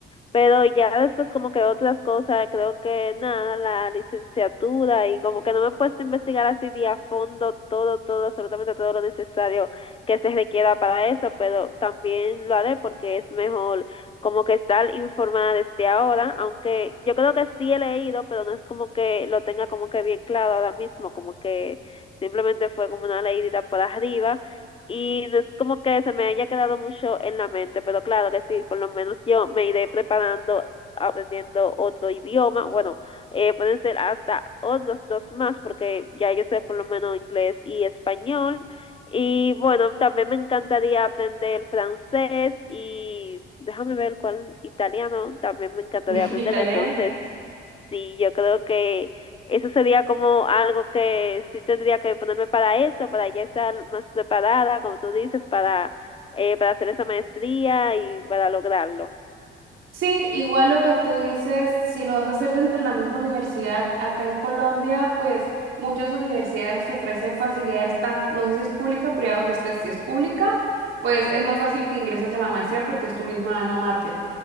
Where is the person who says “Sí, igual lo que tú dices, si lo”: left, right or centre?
Right